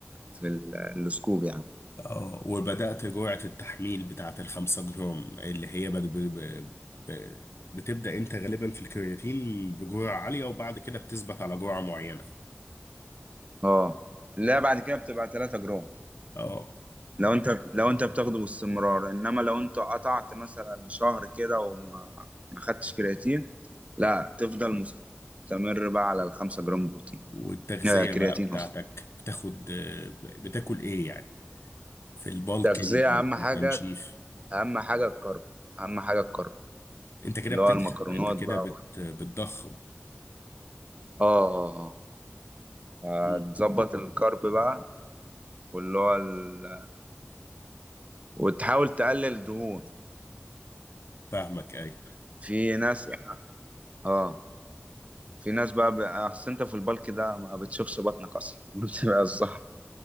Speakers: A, on the right; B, on the left.
A: في ال- السكوب يعني
B: اه وبدات جرعه التحميل بتاعه الخمسة جرام اللي هي بد- ب- ب- ب- بتبدا انت غالبا في الكرياتين بجرعه عاليه وبعد كده بتثبت على جرعه معينه
A: اه لا بعد كده بتبقى 3 جرام
B: اه
A: لو انت لو انت بتاخده باستمرار انما لو انت قطعت مثلا شهر كده وما ما خدتش كرياتين لا تفضل مستمر بقى على الخمسة جرام بروتين
B: والتغذيه
A: آه كرياتين
B: بقى بتاعتك
A: اصلا
B: بتاخد آه، بتاكل ايه يعني في البالكينج
A: تغذية اهم
B: في
A: حاجة
B: التنشيف
A: اهم حاجة الكرب اهم حاجة الكرب
B: انت كده
A: اللي
B: بتدخل
A: هو المكرونات
B: انت كده
A: بقى
B: بت... بتضخم
A: اه اه اه
B: مم.
A: هتظبط الكرب بقى واللي هو ال... وتحاول تقلل دهون
B: فاهمك ايوه
A: في ناس اه في ناس بقى بقى- اصل انت في البلك ده ما بتشوفش بطنك اصلا <laughs> بتبقى الظهر